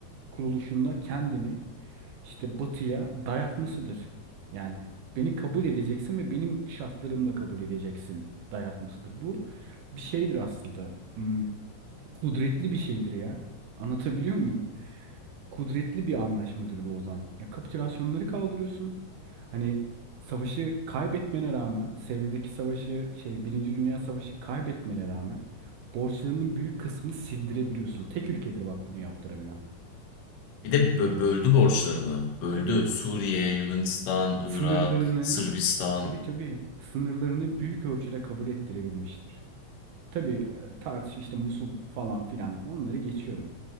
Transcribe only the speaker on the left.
Bir
de bö-
böldü borçlarını. Böldü.
Suriye, Yunanistan,
Irak, Sırbistan.